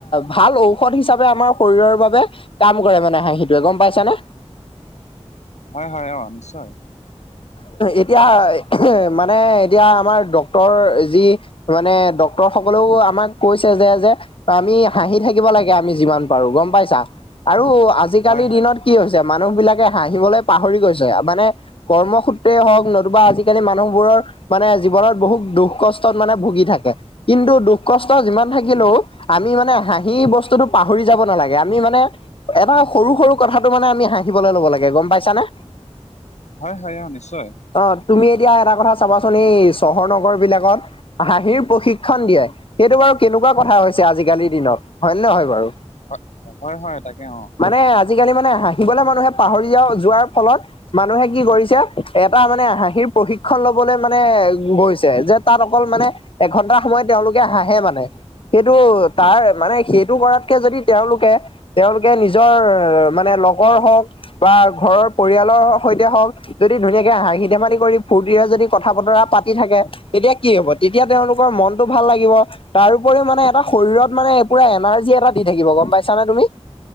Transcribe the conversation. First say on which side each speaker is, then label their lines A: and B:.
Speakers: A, on the left; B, on the left.
A: ভাল ঔষধ হিচাপে আমাৰ শৰীৰৰ বাবে কাম কৰে মানে হাঁহিটোৱে গ'ম পাইছে নে।
B: হয়, হয়, অ', নিশ্চয়।
A: এতিয়া মানে এতিয়া আমাৰ ডক্তৰ যি মানে ডক্তৰ সকলেও আমাক কৈছে যে, যে আমি হাঁহি থাকিব লাগে আমি যিমান পাৰো গ'ম পাইছা, আৰু আজি আজিকালিৰ
B: হয় হয়
A: দিনত কি হৈছে মানুহ বিলাকে হাঁহিবলৈ পাহৰি গৈছে। মানে ৰ্মসূত্ৰে হওঁক, নতুবা আজিকালি মানুহবোৰৰ মানে জীৱনত বহুত দুখ কষ্টত মানে ভুগি থাকে, কিন্তু দুখ কষ্ট যিমান থাকিলেও আমি মানে হাঁহি বস্তুটো পাহৰি যাব নালাগে। আমি মানে এটা সৰু সৰু কথাটো মানে আমি হাঁহিবলৈ ল'ব লাগে গ'ম পাইছা নে?
B: হয়, হয়, অ', নিশ্চয়।
A: অ' তুমি এতিয়া এটা কথা চাবাচোন এই চহৰ নগৰ বিলাকত হাঁহিৰ প্ৰশিক্ষণ দিয়ে, সেইটো বাৰু কেনেকুৱা কথা হৈছে আজিকালিৰ দিনত হয়নে নহয় বাৰু?
B: হয় হয় হয় তাকে অ
A: মানে আজিকালি মানে হাঁহিবলৈ মানুহে পাহৰি যোৱা যোৱাৰ ফলত মানুহে কি কৰিছে এটা মানে হাঁহিৰ প্ৰশিক্ষণ ল'বলৈ মানে গৈছে, যে তাত অকল মানে এঘন্টা সময়ত তেওঁলোকে হাঁহে মানে। সেইটো তাৰ মানে, সেইটো কৰাতকে যদি তেওঁলোকে তেওঁলোকে নিজৰ মানে লগৰ হওঁক, বা ঘৰৰ পৰিয়ালৰ সৈত <unintelligible> হওঁক যদি ধুনীয়াকে হাঁহি ধেমালি কৰি ফূৰ্তিৰে যদি কথা বতৰা পাতি থাকে তেতিয়া কি হ'ব, তেতিয়া তেওঁলোকৰ মনটো ভাল লাগিব। তাৰ উপৰিও মানে এটা শৰীৰত মানে পুৰা এনাৰ্জি এটা দি থাকিব গ'ম পাইছানে, তুমি।